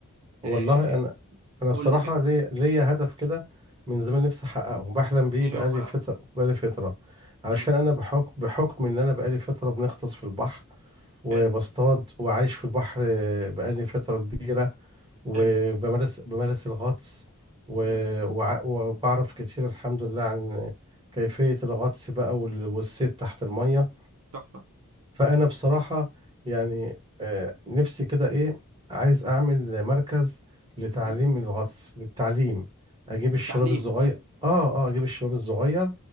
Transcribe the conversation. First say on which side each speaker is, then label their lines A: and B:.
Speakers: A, on the right; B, on the right.
A: والله
B: آه،
A: انا انا
B: قول
A: بصراحه
B: لي كده
A: ليا ليا هدف كده من زمان نفسي احققه بحلم بيه
B: ايه
A: بقالي
B: هو بقى؟
A: فتره بقالي فتره علشان
B: مم.
A: انا بحكم بحكم ان انا بقالي فتره بنغطس في البحر وبصطاد
B: حلو
A: وعايش في البحر بقالي فتره كبيره وبمارس
B: حلو
A: بمارس الغطس و...
B: مم.
A: وع- وبعرف كتير الحمد لله عن كيفيه الغطس بقى وال- والصيد تحت الميه
B: تحفة
A: فانا بصراحه يعني آه، نفسي كده ايه عايز اعمل مركز لتعليم
B: مم.
A: الغطس للتعليم اجيب الشباب
B: التعليم
A: الصغير اه اه اجيب الشباب الصغير